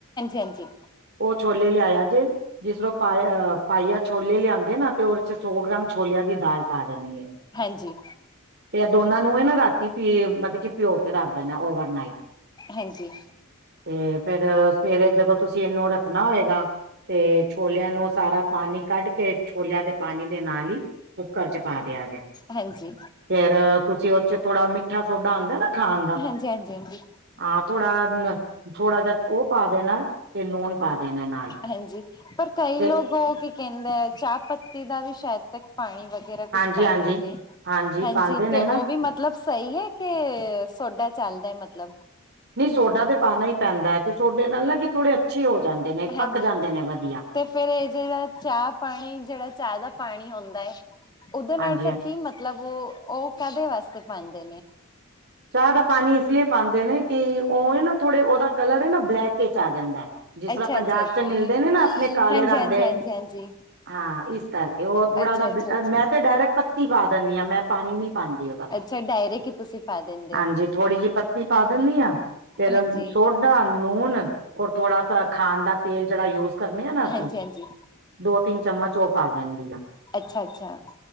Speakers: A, on the left; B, on the right.
A: ਹਾਂਜੀ
B: ਉਹ ਛੋਲੇ ਲਿਆਇਆ ਜੇ ਜਿਸਰ ਪ ਪਾਈਆ ਛੋਲੇ ਲਿਆਦੇ ਨਾ ਤੇ। ਸੌ ਗ੍ਰਾਮ ਛੋਲਿਆਂ ਦੀ ਦਾਲ ਪਾ ਦੇਣੀ ਹੈ।
A: ਹਾਂਜੀ।
B: ਤੇ ਦੋਨਾਂ ਨੂੰ ਨਾ ਰਾਤੀ ਪੀ ਮਤਲਬ ਕਿ ਪਿਓ ਕੇ ਰੱਖ ਦਣਾ ਓਵਰਨਾਈਟ।
A: ਹਾਂਜੀ।
B: ਤੇ ਫੇਰ ਸਵੇਰੇ ਜਦੋਂ ਤੁਸੀਂ ਇਹਨੂੰ ਰੱਖਣਾ ਹੋਏਗਾ। ਤੇ ਛੋਲਿਆਂ ਨੂੰ ਸਾਰਾ ਪਾਣੀ ਕੱਢ ਕੇ। ਛੋਲਿਆਂ ਦੇ ਪਾਣੀ ਦੇ ਨਾਲ ਹੀ ਕੰਕਰ ਚ ਪਾ ਦਿਆਂ ਜੇ
A: ਹਾਂਜੀ
B: ਫੇਰ ਤੁਸੀਂ ਉਹਦੇ ਚ ਥੋੜਾ ਮਿੱਠਾ ਸੋਡਾ ਆਉਂਦਾ ਨਾ ਖਾਣ ਦਾ।
A: ਹਾਂਜੀ ਹਾਂਜੀ
B: ਹਾਂ ਥੋੜਾ- ਥੋੜਾ, ਜਿ ਉਹ ਪਾ ਦੇਣਾ ਤੇ ਨੂਣ ਪਾ ਦੇਣਾ ਨਾਲ।
A: ਹਾਂਜੀ, ਪਰ ਕਈ
B: ਤੇ
A: ਲੋਕ ਉਹ ਕੀ ਕਹਿੰਦੇ ਹੈ ਚਾਹ ਪੱਤੀ ਦਾ ਵੀ ਸ਼ਾਇਦ ਤੱਕ ਪਾਣੀ ਵ। ਬਥੇਰਾ ਕੁਛ
B: ਹਾਂਜੀ
A: ਪਉਂਦੇ
B: ਹਾਂਜੀ
A: ਨੇ ਹਾਂਜੀ
B: ਪਾਉਂਦੇ ਨੇ
A: ਤੇ ਉਹ
B: ਨਾ
A: ਵੀ ਮਤਲਬ। ਸਹੀ ਹੈ ਕਿ ਸੋਡਾ ਚੱਲਦਾ ਹੈ ਮਤਲਬ।
B: ਨਹੀਂ ਸੋਡਾ ਤੇ ਪਾਉਣਾ ਹੀ ਪੈਂਦਾ ਹੈ, ਕਿ ਸੋਡੇ ਨਾਲ ਨਾ ਕਿ ਥੋੜੇ ਅੱਛੇ ਹੋ ਜਾਂਦੇ ਨੇ
A: ਹਾਂਜੀ
B: ਪੱਕ ਜਾਂਦੇ ਨੇ ਵਧੀਆ।
A: ਤੇ ਫੇਰ ਇਹ ਜਿਹੜਾ ਚਾਹ ਪਾਣੀ, ਜਿਹੜਾ ਚਾਹ ਦਾ ਪਾਣੀ ਹੁੰਦਾ ਹੈ। ਉਹਦੇ ਨਾਲ
B: ਹਾਂਜੀ
A: ਫਿਰ
B: ਹਾਂ
A: ਕੀ ਮਤਲਬ, ਉਹ ਉਹ ਕਾਹਦੇ ਵਾਸਤੇ ਪਉਦੇ ਨੇ।
B: ਚਾਹ ਦਾ ਪਾਣੀ ਇਸ ਲਈ ਪਾਉਂਦੇ ਨੇ ਕਿ ਉਹ ਹੈ ਨਾ ਥੋੜੇ ਉਹਦਾ ਕਲਰ ਹੈ ਨਾ ਬਲੈਕ ਕੇ ਚ ਆ ਜਾਂਦਾ। ਜਿਸ ਤਰ੍ਹਾਂ
A: ਅੱਛਾ
B: ਪੰਜਾਬ
A: ਅੱਛਾ ਅੱਛਾ
B: ਚ ਮਿਲਦੇ ਨੇ ਨਾ ਆਪਣੇ ਕਾਲੇ
A: ਹਾਂਜੀ
B: ਰੰਗ
A: ਹਾਂਜੀ
B: ਦੇ।
A: ਹਾਂਜੀ ਹਾਂਜੀ
B: ਹਾਂ ਇਸ ਕਰਕੇ ਉਹ ਥੋੜਾ
A: ਅੱਛਾ
B: ਉਹਦਾ
A: ਅੱਛਾ ਅੱਛਾ
B: ਮੈਂ ਤੇ ਡਾਇਰੈਕਟ ਪੱਤੀ ਪਾ ਦਿੰਦੀ ਹਾਂ ਮੈਂ ਪਾਣੀ ਨੀ ਪਾਉਂਦੀ ਉਹਦਾ।
A: ਅੱਛਾ ਡਾਇਰੇਕਟ ਈ ਤੁਸੀਂ ਪਾ ਦਿੰਦੇ
B: ਹਾਂਜੀ,
A: ਹੋ
B: ਥੋੜ੍ਹੀ ਜਿਹੀ ਪੱਤੀ ਪਾ ਦਿੰਦੀ ਹਾਂ ਫੇਰ
A: ਹਾਂਜੀ
B: ਸੋਠ। ਨੂਣ ਔਰ ਥੋੜਾ ਸ ਖਾਣ ਦਾ ਤੇਲ ਜਿਹੜਾ ਯੂਜ। ਕਰਨੇ ਆ ਨਾ ਅਸੀਂ
A: ਹਾਂਜੀ ਹਾਂਜੀ
B: ਦੋ -ਤਿੰਨ ਚਮਚ ਉਹ ਪਾ ਦੇਣ ਦੀ ਆ।
A: ਅੱਛਾ ਅੱਛਾ